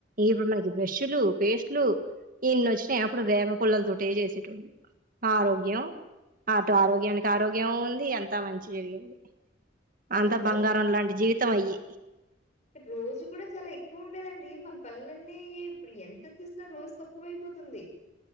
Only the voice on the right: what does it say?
ఇప్పుడు మనకి బ్రష్ లు పేస్ట్లు ఇన్ని వచ్చినాయి అప్పుడు వేప పుల్లలతోటే చేసేటోళ్లు ఆరోగ్యం అటు ఆరోగ్యానికి ఆరోగ్యం ఉంది అంతా మంచి జరిగింది అంతా
బంగారం లాంటి జీవితం అయ్యి